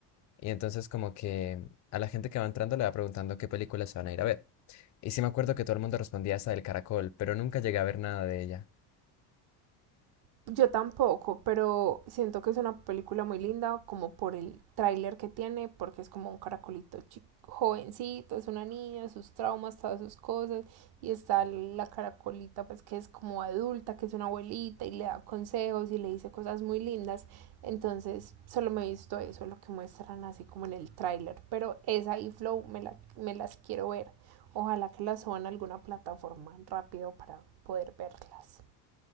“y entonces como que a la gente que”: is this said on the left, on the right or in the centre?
Left